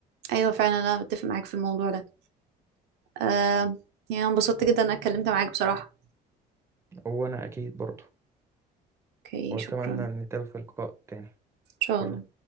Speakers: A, on the right (about 80°); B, on the right (about 15°).
A: ايوه فعلا انا بتفق معاك في الموضوع ده أم، يعني أنا انبسطت جدا إن انا اتكلمت معاك بصراحه
B: هو انا اكيد برضه
A: اوكي
B: واتمنى
A: شكرا
B: ان نتقابل في لقاء تاني
A: ان شاء
B: شكرا
A: الله